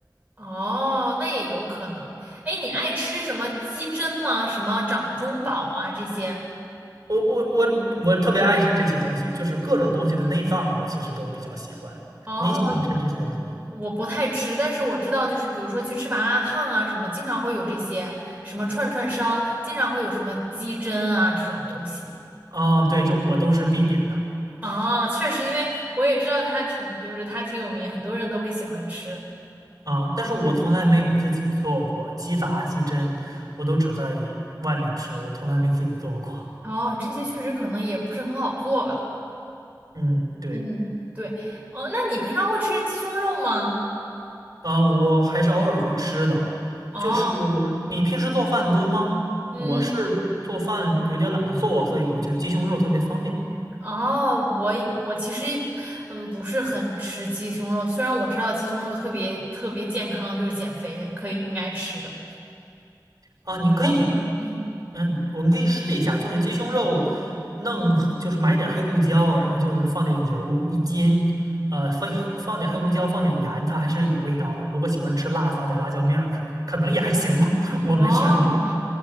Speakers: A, on the right; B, on the right.
A: 哦，那也有可能。哎，你爱吃什么鸡胗吗？什么掌中宝啊这些？
B: 我我我我特别爱吃这些东西，就是各种东西的内脏，我其实都比较喜欢。
A: 哦，
B: 你喜欢吃这些东西吗？
A: 我不太吃，但是我知道，就是比如说去吃麻辣烫啊，什么经常会有这些，什么串串烧，经常会有什么鸡胗啊这种东西。
B: 哦，对，这我都是必点的
A: 哦，确实，因为我也知道它挺，就是它挺有名，很多人都会喜欢吃。
B: 啊，但是我从来没有自己做过鸡杂、鸡胗，我都只在外面吃，我从来没自己做过。
A: 哦，这些确实可能也不是很好做吧。
B: <laughs> 嗯，对，
A: 嗯，对。哦，那你平常会吃鸡胸肉吗？
B: 啊，我还是偶尔会吃的。
A: 哦，
B: 就是你平时做饭多吗？
A: 嗯，
B: 我是做饭有点懒得做，所以我就鸡胸肉特别方便。
A: 哦，我我其实一嗯不是很吃鸡胸肉，虽然我知道鸡胸肉特别特别健康，就是减肥可以应该吃的。
B: 啊，你可以，
A: 我嗯，
B: 嗯，我们可以试一下，就是鸡胸肉弄黑就是买点儿黑胡椒，然后就是放点油一煎，呃，放放点黑胡椒，放点盐，它还是有味道的。如果喜欢吃辣，撒点辣椒面儿，可能可能也还行吧，<laughs> 我没试过。
A: 哦，